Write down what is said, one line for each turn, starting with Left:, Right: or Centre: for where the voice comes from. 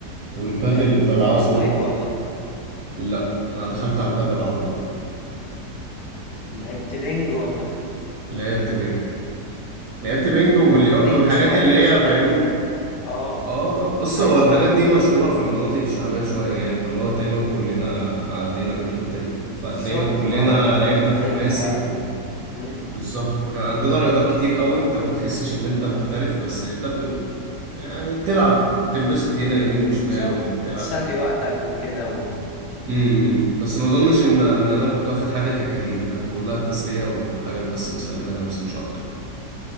Right: والبادل
Left: لعبت
Right: بلعبه
Left: تنس طيب ولا
Right: لا انا دخلت على البادل على طول
Left: لعبت بينج ولا
Right: لعبت بينج لعبت بينج وبلياردو
Left: هو البينج
Right: والحاجات
Left: شوية
Right: اللي هي
Left: شبه
Right: فاهمني
Left: البدل اه
Right: اه بص
Left: ايوه
Right: هو الحاجات
Left: ايوه
Right: دي مشهورة في المناطق الشعبية شوية يعني اللي هو تقريبا كلنا عدينا بالحتة دي
Left: بالظبط
Right: فهتلاقينا كلنا
Left: اه يعني
Right: لعبنا
Left: لعبنا
Right: خماسي
Left: بقى ال... مم.
Right: بالظبط فكان عندنا رياضات كتير قوي انت ما بتحسش ان انت محترف بس انت ب... يعني بتلعب بتنبسط هنا يمين وشمال
Left: بالظبط
Right: وبتلعب
Left: تسلي
Right: ده
Left: وقتك وكده و...
Right: امم بس ما اظنش ان ان انا كنت واخد حاجة ككارير كان كلها تسلية وحاجات بس بسلي بيها نفسي مش اكتر